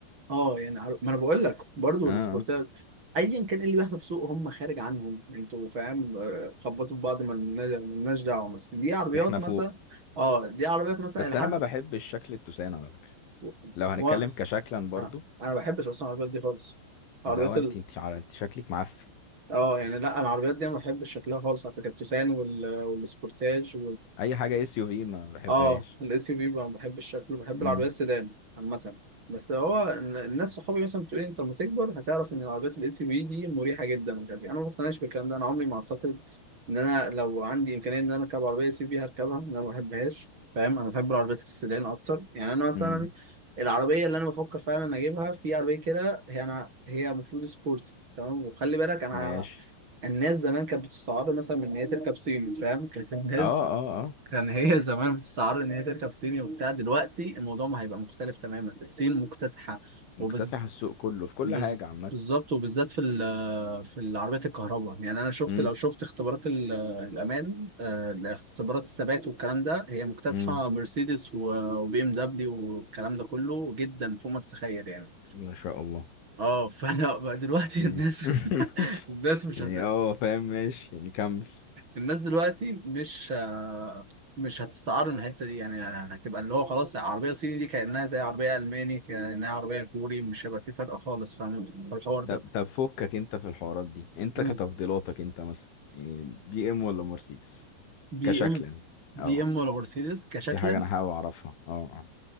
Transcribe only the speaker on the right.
اه يعني عر- ما انا بقول لك برضو
السبورتات
ايا كان إيه اللي بيحصل في السوق هم خارج عنهم انتوا فاهم آه، خبطوا في بعض ما لنا- ما لناش دعوه مثلا دي عربيات
مثلا
اه دي عربيات مثلا
لحد
و...
و...
آه. انا ما بحبش اصلا العربيات دي خالص عربيات
ال...
اه يعني لا العربيات دي انا ما بحبش شكلها خالص على فكره التوسان وال... والسبورتاج
اه الاس يو في ما بحبش شكله بحب الشكل وبحب
العربيات السيدان عامة بس هو ال- الناس صحابي مثلا بتقول لي انت لما تكبر هتعرف ان العربيات الاس يو في دي مريحة جدا ومش عارف ايه انا ما بقتنعش بالكلام ده انا عمري ما اعتقد ان انا لو عندي امكانية ان انا اركب عربية اس يو في هركبها إن انا ما بحبهاش فاهم انا بحب العربيات السيدان اكتر يعني انا مثلا
العربية اللي انا بفكر فعلا اجيبها في عربية كده هي انا هي المفروض سبورتي تمام وخلي بالك انا
الناس زمان كانت بتستعار مثلا من ان هي تركب صيني فاهم كانت الناس
كان هي <laughs> زمان بتستعر ان هي تركب صيني وبتاع دلوقتي الموضوع ما هيبقى مختلف تماما الصين مكتسحه
وبز...
بز...
بالظبط وبالذات في ال- في العربيات الكهرباء يعني انا شفت
لو شفت اختبارات ال- الامان آه، اختبارات الثبات والكلام ده هي مكتسحه
مرسيدس وبي ام دبليو والكلام ده كله جدا فوق ما تتخيل يعني
اه <laughs> فانا بقى دلوقتي
الناس
<laughs> الناس مش
هت...
الناس دلوقتي مش آه، مش هتستعار من الحته دي يعني هتبقى اللي هو خلاص عربيه صيني دي كانها زي عربيه الماني كانها عربيه كوري مش هيبقى في فرق خالص فاهم في الحوار ده
مم.
بي
ام بي
ام ولا مرسيدس كشكلا